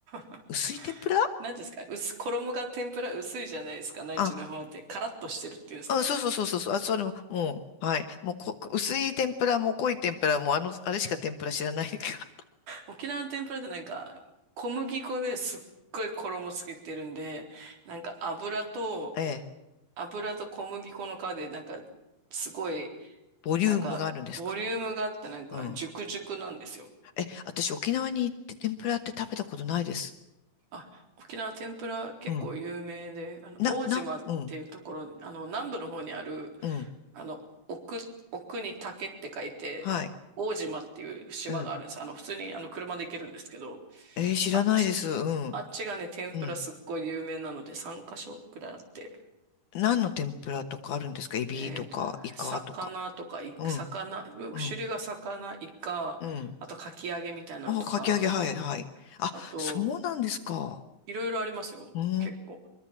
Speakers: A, on the right; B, on the left.
A: <laughs>
B: 薄い天ぷら
A: 何ですか薄、衣が天ぷら薄いじゃないですか、内地の方って。
B: あ、
A: カラッとしてるっていうんですか。
B: あ、そうそうそうそうそう。あ、それも、もう、はい。もうこ、薄い天ぷらも濃い天ぷらも、あの、あれしか天ぷら知らないか
A: 沖縄の天ぷらってなんか、小麦粉ですっごい衣つけてるんで、なんか油と、
B: ら。ええ。
A: 油と小麦粉の皮で、なんか、すごい、
B: ボリュームがあるんですか
A: なんか、ボリュームがあって、なんか、
B: うん。
A: 熟熟なんですよ。
B: え、私沖縄に行って天ぷらって食べたことないです。
A: あ、沖縄天ぷら結構有名で、
B: うん。
A: あの、
B: な、
A: 大島っていうところ、
B: な、うん、
A: あの、南部の方にある、
B: うん。
A: あの、奥、奥に竹って書いて、
B: はい。
A: 大島っていう島があるんです。
B: うん。
A: あの、普通にあの車で行けるんですけど、
B: えー知らないです。
A: あっち、
B: うん、
A: あっちがね、天ぷらすっごい有名なので3カ所くらいあって、
B: うん。何の天ぷらとかあるんですかエビとか、
A: えっと、
B: イカとか。
A: 魚とか、い魚、
B: うん、
A: 種類が魚、
B: うん、
A: イカ、
B: うん。
A: あとかき揚げみたいなのとか、
B: あ、かき揚げ、はい、はい。あ、
A: あと、
B: そうなんですか。
A: いろいろありますよ。
B: うん、
A: 結構。